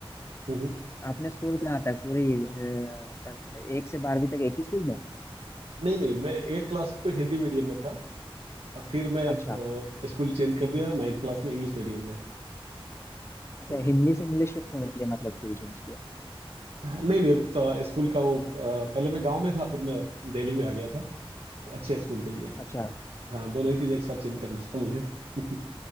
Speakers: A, on the right; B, on the left.
A: हम्म, हम्म।
B: आपने स्कूल कहाँ था पूरी अ, कक्षा- एक से बारहवीं तक एक ही स्कूल में
A: नहीं नहीं मैं एट क्लास तक तो हिंदी मीडियम में था अब फिर मैं वो,
B: अच्छा
A: स्कूल चेंज कर दिया नाइन्थ क्लास में इंग्लिश मीडियम में
B: अच्छा
A: तो
B: हिंदी से इंग्लिश शिफ्ट होने के लिए मतलब स्कूल चेंज किया
A: हाँ, नहीं नहीं तो स्कूल का वो अ, पहले मैं गांव में था फिर मैं दिल्ली में आ गया था अच्छे स्कूल के लिए
B: अच्छा
A: हाँ दोनों ही चीज़ एक साथ चेंज
B: अच्छा
A: करना था मुझे <laughs>